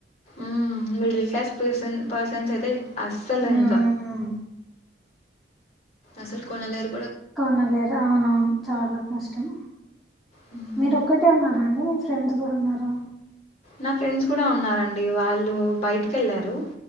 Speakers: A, on the left; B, in the centre.
A: ఉమ్ మిడిల్ క్లాస్ పిర్సన్ పర్సన్స్ అయితే అస్సలు
B: ఉమ్
A: ఇంక అసలు కొనలేరు
B: కొనలేరు అవునవును చాలా కష్టం
A: హ్మ్.
B: మీరు ఒక్కటే ఉన్నారా అండి మీ ఫ్రెండ్స్ గూడ ఉన్నారా
A: నా ఫ్రెండ్స్ కూడ ఉన్నారండి వాళ్ళు బయటికెళ్ళారు